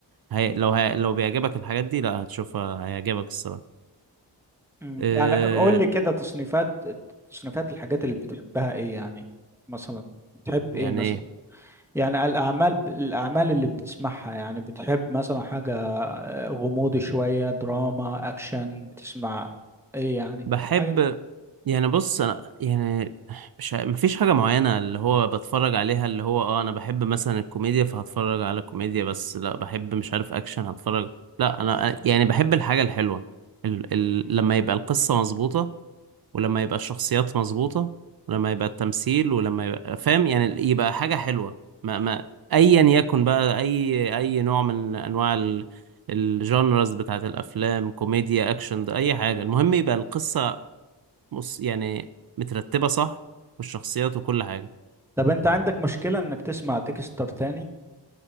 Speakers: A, on the right (about 55°); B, in the centre.
A: هي... لو هي... لو بيعجبك الحاجات دي لا هتشوفها هيعجبك الصراحة
B: مم.
A: إيه...
B: يعني قول لي كده تصنيفات تصنيفات الحاجات اللي بتحبها ايه يعني مثلا بتحب
A: يعني
B: ايه مثلا
A: ايه
B: يعني الاعمال الاعمال اللي بتسمعها يعني بتحب مثلا حاجة آه، غموض شوية دراما اكشن بتسمع ايه يعني
A: بحب
B: حاجة
A: يعني بص انا يعني مش ع- مفيش حاجة معينة اللي هو بتفرج عليها اللي هو اه انا بحب مثلا الكوميديا فهتفرج على كوميديا بس لا بحب مش عارف اكشن هتفرج لا انا يعني بحب الحاجة الحلوة ال ال لما يبقى القصة مظبوطة ولما يبقى الشخصيات مظبوطة ولما يبقى التمثيل ولما يبقى فاهم يعني يبقى حاجة حلوة ما ما ايا يكن بقى اي اي نوع من انواع ال- الجانرز بتاعت الافلام كوميديا اكشن ده اي حاجة المهم يبقى القصة بص يعني مترتبة صح والشخصيات وكل حاجة
B: طب انت عندك مشكلة انك تسمع ديكستر تاني